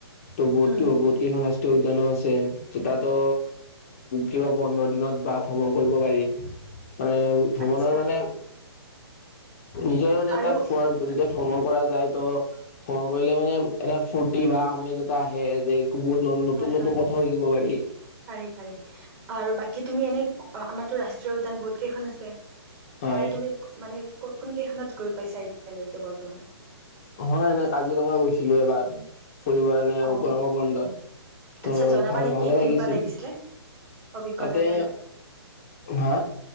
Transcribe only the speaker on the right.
হুম,
আচ্ছা
আৰু
হয় হয়।
পাৰি পাৰি আৰু বাকী তুমি এনেই আমাৰতো ৰাষ্ট্ৰীয় উদ্যান বহুত কেইখন আছে
তাৰে তুমি মানে কোন কেইখনত গৈ পাইছা এতিয়ালৈকে বৰ্তমান
অ'।
আচ্ছা
জনাবা
নেকি
কেনেকুৱা
লাগিছিলে অভিজ্ঞতাটো
অলপ?